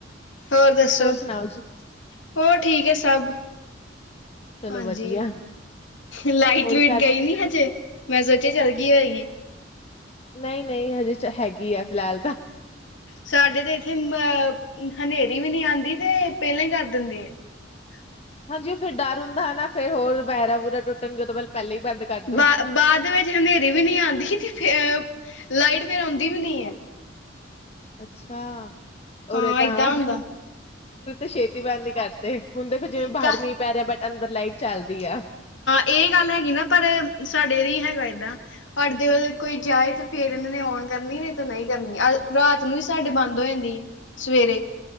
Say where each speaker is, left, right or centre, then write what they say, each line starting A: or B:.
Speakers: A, on the left (about 80°); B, on the left (about 35°).
A: ਹੋਰ ਦੱਸੋ ਹੋਰ
B: ਸੁਣਾਓ ਜੀ
A: ਠੀਕ ਐ ਸਭ
B: ਚਲੋ
A: ਹਾਂਜੀ
B: ਵਧੀਆ
A: ਲਾਈਟ
B: ਹੋਰ
A: ਲੁੱਇਟ
B: ਘਰ
A: ਗਈ ਨਹੀਂ ਹਜੇ ਮੈਂ ਸੋਚਿਆ ਚੱਲ ਗਈ ਹੋਏਗੀ
B: ਨਹੀਂ ਨਹੀਂ ਹਜੇ ਹੈਗੀ ਆ ਫਿਲਹਾਲ ਤਾਂ
A: ਸਾਡੇ ਤੇ ਇਥੇ ਹਨੇਰੀ ਵੀ ਨਹੀਂ ਆਉਂਦੀ ਤੇ ਪਹਿਲਾਂ ਹੀ ਕਰ ਦਿੰਦੇ ਆ <unintelligible>
B: ਹਾਂਜੀ ਉਹ ਫਿਰ ਡਰ ਹੁੰਦਾ ਨਾ ਫਿਰ ਹੋਰ ਵਾਇਰ ਆ ਬੂਰਾ ਟੁੱਟਣਗੇ ਪਹਿਲਾਂ ਹੀ ਬੰਦ ਕਰਦੋ।
A: ਬਾ ਬਾਅਦ ਦੇ ਵਿੱਚ ਹਨੇਰੀ ਵੀ ਨਹੀਂ ਆਂਦੀ ਤੇ ਫਿਰ ਲਾਈਟ ਫਿਰ ਆਉਂਦੀ ਵੀ ਨਹੀਂ ਆ
B: ਅੱਛਾ
A: ਹਾਂ
B: ਉਰੇ
A: ਏਦਾਂ
B: ਤਾਂ
A: ਹੁੰਦਾ
B: ਛੇਤੀ ਬੰਦ ਨਹੀਂ ਕਰਤੇ ਹੁਣ ਦੇਖੋ ਜਿਵੇਂ
A: ਆ
B: ਬਾਹਰ ਮੀਂਹ ਪੈ ਰਿਹਾ ਬਟ ਲਾਈਟ ਚੱਲਦੀ ਆ
A: ਇਹ ਗੱਲ ਹੈਗੀ ਨਾ ਪਰ ਸਾਡੇ ਨਹੀਂ ਹੈਗਾ ਇਦਾਂ ਔਰ ਜਦੋਂ ਕੋਈ, ਕਹਿੰਦੇ ਨੇ ਆਨ ਕਰਨੀ ਵੀ ਤਾਂ ਨਹੀਂ ਕਰਨੀ ਰਾਤ ਨੂੰ ਹੀ ਸਾਡੇ ਬੰਦ ਹੋ ਜਾਂਦੀ ਐ ਸਵੇਰੇ,